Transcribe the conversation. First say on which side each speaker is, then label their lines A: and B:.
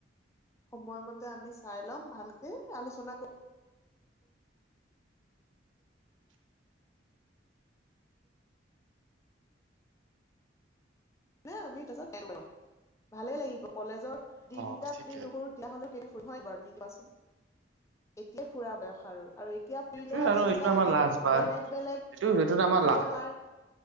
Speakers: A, on the left; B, on the right.
A: সময় মতে আমি চাই ল'ম ভালকে আলোচনা কৰি <unintelligible> ভালেই লাগিব কলেজৰ দিনকিটা
B: অ
A: ফূৰ্তি
B: ঠিকে।
A: নকৰোঁ তেতিয়া হ'লেও কেতিয়া ফুৰিম হয়, বাৰু তুমি কোৱাচোন? এতিয়া ফুৰা বয়স আৰু, আৰু এতিয়া
B: সেইটোয়ে
A: ফুৰিলে আচলতে
B: আৰু এইটোতো
A: আমি
B: আমাৰ লাষ্ট বাৰ
A: বেলেগ, বেলেগ
B: এইটো সেইটোতো আমাৰ
A: মানুহৰ
B: লাষ্ট
A: <unintelligible>